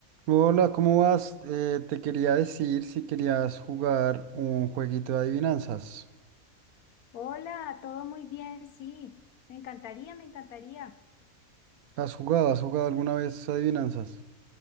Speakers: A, on the right; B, on the left.
A: Hola, ¿cómo vas? Eh, te quería decir si querías jugar un jueguito de adivinanzas.
B: Hola, todo muy bien, sí. Me encantaría, me encantaría.
A: ¿Has jugado? ¿Has jugado alguna vez adivinanzas?